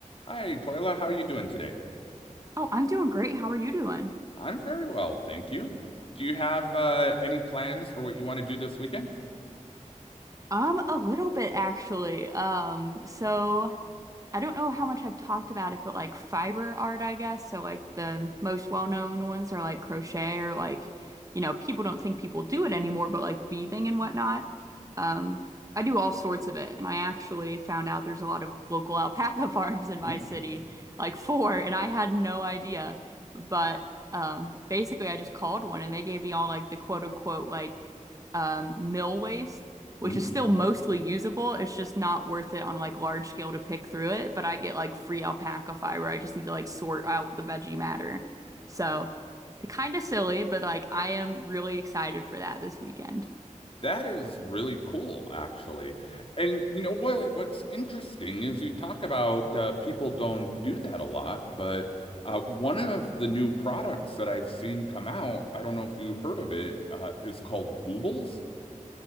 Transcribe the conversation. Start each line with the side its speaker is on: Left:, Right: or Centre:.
Left: Hi, Twyla. How are you doing today?
Right: Oh, I'm doing great. How are you doing?
Left: I'm very well, thank you. Do you have uh, any plans for what you want to do this weekend?
Right: Um, a little bit actually. Um, so I don't know how much I've talked about it, but like fiber art, I guess. So like the most well-known ones are like crochet or like, you know, people don't think people do it anymore, but like weaving and whatnot. Um, I do all sorts of it, and I actually found out there's a lot of local <laughs> alpaca farms in
Left: Mm,
Right: my city, like four, and I had no idea. But um, basically, I just called one, and they gave me all like the quote-unquote like um, mill waste which
Left: mm.
Right: is still mostly usable. It's just not worth it on like large scale to pick through it. But I get like free alpaca fiber. I just need to like sort out the veggie matter. So kind of silly, but like I am really excited for that this weekend.
Left: That is really cool, actually. And you know what? What's interesting is you talk about uh, people don't do that a lot, but uh, one of the new products that I've seen come out, I don't know if you heard of it, uh, is called Woobles.